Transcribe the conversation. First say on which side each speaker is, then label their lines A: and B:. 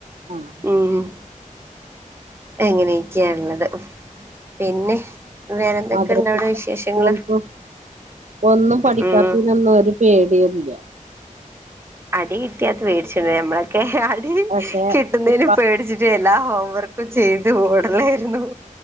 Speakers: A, on the right; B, on the right.
A: ആഹ്
B: ഉം എങ്ങനെയും ക്കാ ള്ളത് പിന്നെ വേറെ എന്തൊക്കെയണ്ട്
A: മദ്രസ
B: അവിടെ വിശേഷങ്ങള്
A: സ്കൂൾക്കും ഒന്നും പഠിക്കാത്തീനൊന്നും
B: ഉം
A: ഒരു പേടിയില്ല
B: അടി കിട്ടിയാത് വേടിച്ചിണ്ട് മ്മളൊക്കെ അടി
A: പക്ഷെ
B: കിട്ടുന്നതിന്
A: ഇപ്പ
B: പേടിച്ചിട്ട് എല്ലാ ഹോം വർക്കും ചെയ്തു ഓടലായിരുന്നു